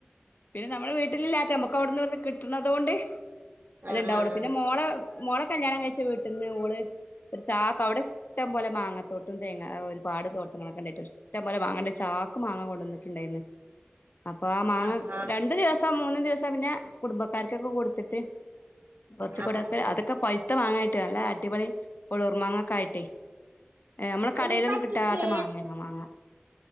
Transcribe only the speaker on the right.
ആഹ്
ആഹ്
ആഹ്
ആഹ് ആഹ്
അയ്യോ പറ്റിച്ചേ